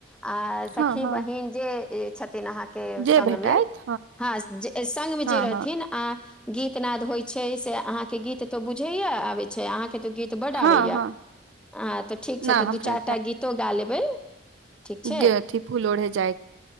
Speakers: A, in the centre; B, on the right.
A: आ
B: हँ-हँ,
A: सखी बहिन जे छथिन अहाँके
B: जे
A: संग
B: भेटैत,
A: मे हँ जे संगमे
B: हँ-हँ,
A: जे रहथिन आ गीत नाद होइ छै से अहाँ के गीत तो बुझेये आबे छै अहाँ के तो गीत तऽ बड्ड
B: हँ-हँ,
A: आबैया आ तऽ ठीक
B: ना
A: छै तऽ
B: हमरा
A: दू चारटा गीतो गा लेबै ठीक छै
B: गथि फूल लोढ़े जाइ